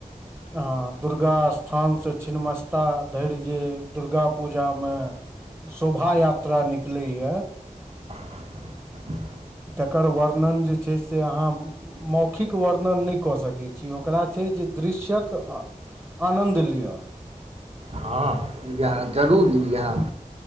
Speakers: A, on the right (about 15°); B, on the right (about 45°).
A: ह दुर्गा स्थान से छिन्मस्ता धरि जे दुर्गा पूजा म शोभा यात्रा निकलैय
B: <inaudible>
A: तकर वर्णन जे छै से अहाँ मौखिक वर्णन नै कऽ सकै छी। ओकरा छै जे दृश्य्यक अ आनन्द लिअ
B: हँ इएह जरूर इएह